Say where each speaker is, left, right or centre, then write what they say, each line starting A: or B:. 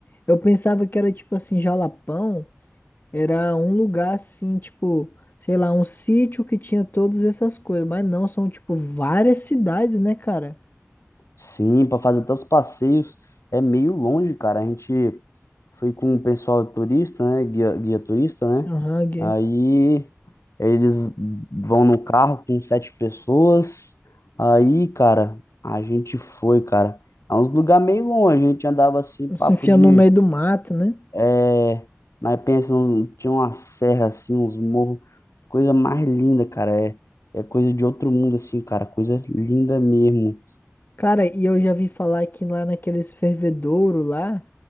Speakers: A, on the left (about 40°); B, on the left (about 70°).
A: eu pensava que era tipo assim, Jalapão. Era um lugar assim, tipo, sei lá, um sítio que tinha todas essas coisas. Mas não, são tipo várias cidades, né, cara?
B: Sim, para fazer até os passeios é meio longe, cara. A gente foi com o pessoal turista, né? Guia, guia turista, né?
A: Aham, Gui.
B: Aí eles vão no carro com sete pessoas. Aí, cara, a gente foi, cara. É uns lugar meio longe. A gente andava assim, papo
A: Se enfiando
B: de
A: no meio do mato, né?
B: É, mas pensa, num- tinha uma serra assim, uns morros, coisa mais linda, cara. É, é coisa de outro mundo, assim, cara. Coisa linda mesmo.
A: Cara, e eu já vi falar que lá naqueles fervedouro lá,